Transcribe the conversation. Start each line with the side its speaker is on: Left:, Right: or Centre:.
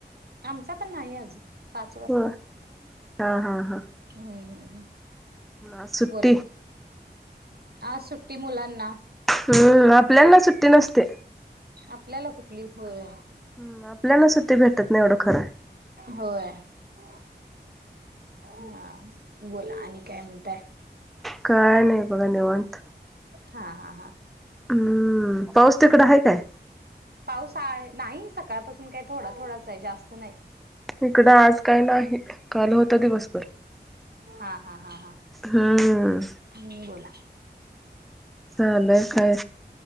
Right: आमचा पण नाही अजून पाच वाजता
Centre: हो हा हा हा
Right: हम्म हम्म.
Centre: आज सुट्टी
Right: बोला की आज सुट्टी मुलांना.
Centre: हम्म आपल्याना सुट्टी नसते.
Right: आपल्याला कुठली होय
Centre: हम्म आपल्याला सुट्टी भेटत नाही एवढं खरं हाय.
Right: होय. <unintelligible> हा बोला आणि काय म्हणताय?
Centre: काय नाही बघा निवांत.
Right: हा हा हा.
Centre: हम्म पाऊस तिकड
Right: हम्म.
Centre: आहे काय?
Right: पाऊस आहे नाही सकाळपासून काही थोडा थोडासा हे जास्त नाही.
Centre: इकडं आज काय नाही. काल होत दिवसभर
Right: हा हा हा हा
Centre: हम्म.
Right: हम्म बोला.
Centre: चालय काय